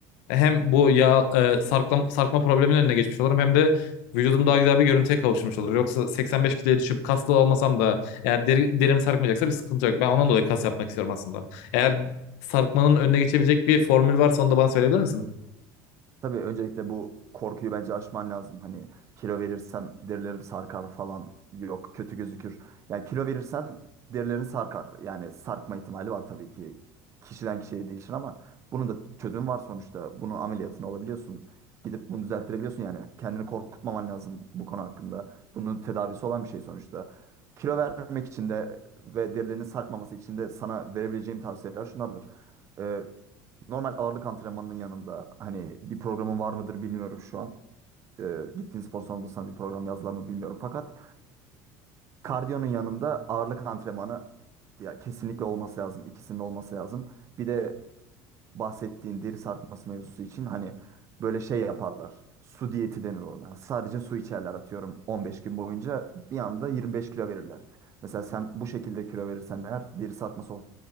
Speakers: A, on the left; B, on the right.
A: hem bu yağ e, sarkma, sarkma probleminin önüne geçmiş olurum hem de vücudum daha güzel bir görüntüye kavuşmuş olur. Yoksa 85 kiloya düşüp kaslı olmasam da eğer deri, derim sarkmayacaksa bir sıkıntı yok. Ben ondan dolayı kas yapmak istiyorum aslında. Eğer sarkmanın önüne geçebilecek bir formül varsa onu da bana söyleyebilir misin?
B: Tabii öncelikle bu korkuyu bence aşman lazım. Hani kilo verirsen derilerim sarkar falan yok kötü gözükür. Yani kilo verirsen derilerin sarkar. Yani sarkma ihtimali var tabii ki. Kişiden kişiye değişir ama bunun da çözümü var sonuçta. Bunun ameliyatını olabiliyorsun. Gidip bunu düzelttirebiliyorsun yani. Kendini korkutmaman lazım bu konu hakkında. Bunun tedavisi olan bir şey sonuçta. Kilo vermek için de ve derilerinin sarkmaması için de sana verebileceğim tavsiyeler şunlardır. Ee, Normal ağırlık antrenmanının yanında hani bir programın var mıdır bilmiyorum şu an. Ee, gittiğin spor salonunda sana bir program yazdılar mı bilmiyorum. Fakat kardiyonun yanında ağırlık antrenmanı ya kesinlikle olması lazım. İkisinin olması lazım. Bir de bahsettiğin deri sarkması mevzusu için hani böyle şey yaparlar. Su diyeti denir ona. Sadece su içerler atıyorum 15 gün boyunca bir anda 25 kilo verirler. Mesela sen bu şekilde kilo verirsen eğer deri sarkması o-